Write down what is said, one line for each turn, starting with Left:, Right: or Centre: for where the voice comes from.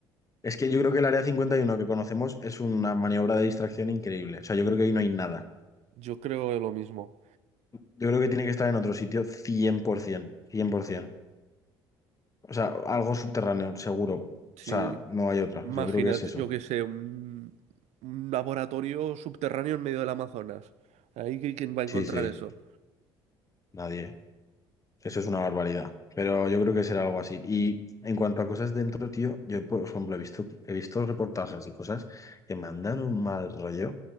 Left: Es que yo creo que el área cincuenta y uno que conocemos es una maniobra de distracción increíble. O sea, yo creo que ahí no hay nada.
Right: Yo creo lo mismo.
Left: Yo creo que tiene que estar en otro sitio cien cien, por ciento, cien por 100%. O sea, algo subterráneo, seguro.
Right: Si,
Left: O sea, no hay otra.
Right: imagínate,
Left: Yo creo que es eso.
Right: yo qué sé, un, un laboratorio subterráneo en medio del Amazonas. Ahí qui- quién va a encontrar
Left: Sí, sí,
Right: eso.
Left: nadie. Eso es una barbaridad, pero yo creo que será algo así. Y en cuanto a cosas dentro, tío, yo, por ejemplo, he visto, he visto reportajes y cosas que me han dado un mal rollo,